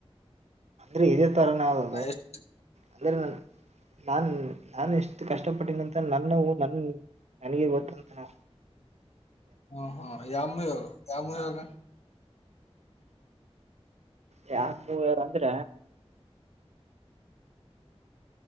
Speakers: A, on the right; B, on the left.
A: ರಿ ಇದೆ ಥರನ ಅದು
B: ಎಷ್ಟು
A: ಅಂದ್ರೆ ನ ನಾನ್ ನಾನು ಎಷ್ಟು ಕಷ್ಟಪಟ್ಟನಂತ ನನ್ನ ನನ್ ನನಗೆ ಗೊತ್ತಂತ ನಾ
B: ಹಾ ಹಾ ಯಾಮ ಯೋಗ ಯಾಮ ಯೋಗ
A: ಯಾರ ಮೂ ಯಾರ ಅಂದ್ರ